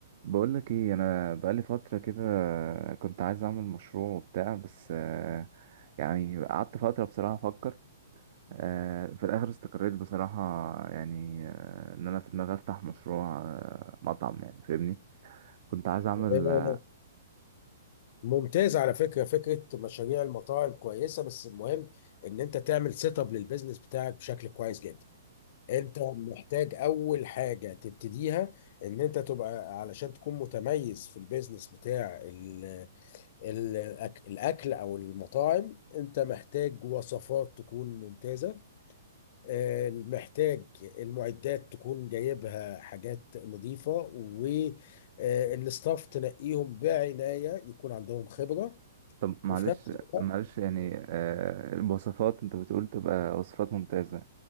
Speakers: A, on the right; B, on the left.
A: بقولك ايه انا بقالي فترة كده كنت عايز اعمل مشروع وبتاع بس آه، يعني قعدت فترة بصراحة افكر آه، في الاخر استقريت بصراحة يعني آه، ان انا في دماغي افتح مشروع آه، مطعم يعني فاهمني كنت عايز اعمل
B: آه،
A: آه،
B: ممتاز على فكرة فكرة مشاريع المطاعم كويسة بس المهم ان انت تعمل سيت اب للبيزنس بتاعك بشكل كويس جدا انت محتاج اول حاجة تبتديها ان انت تبقى علشان تكون متميز في البيزنس بتاع ال ال الاكل او المطاعم انت محتاج وصفات تكون ممتازة آه، محتاج المعدات تكون جايبها حاجات نظيفة والستاف تنقيهم بعناية يكون عندهم خبرة
A: طب معلش
B: وفي نفس الوقت
A: معلش يعني آه، الوصفات انت بتقول تبقى وصفات ممتازة